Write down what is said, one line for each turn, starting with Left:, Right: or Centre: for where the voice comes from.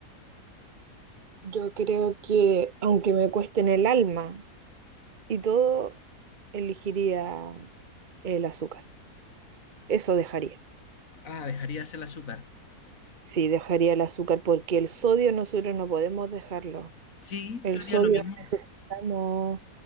Right: Yo creo que, aunque me cueste en el alma y todo, elegiría el azúcar. Eso dejaría.
Left: Ah, dejarías el azúcar.
Right: Sí, dejaría el azúcar porque el sodio nosotros no podemos dejarlo.
Left: Sí,
Right: El
Left: yo haría
Right: sodio
Left: lo mismo.
Right: necesitamos